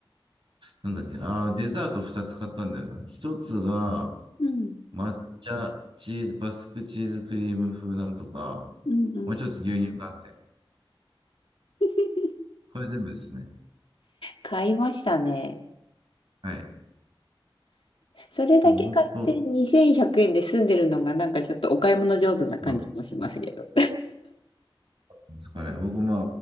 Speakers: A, on the right; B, on the left.
A: なんだっけな、あーデザート2つ買ったんだよな。1つが
B: うん、
A: 抹茶チーズ、バスクチーズクリーム風なんとか、
B: うん、うん。
A: もう1つ牛乳寒天。
B: <laughs>
A: これ全部ですね。
B: 買いましたね。
A: はい。
B: それだけ買って2100円で済んでるのがなんかちょっとお買い物上手な感じもしますけど。
A: もう本当、まあ、ですかね。僕、まあ、